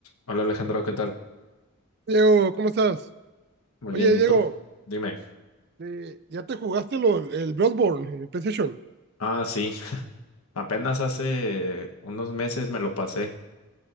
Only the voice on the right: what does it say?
Diego, ¿cómo estás?
Oye,
Diego,
eh, ¿ya te jugaste lo- el Bloodborne en el PlayStation?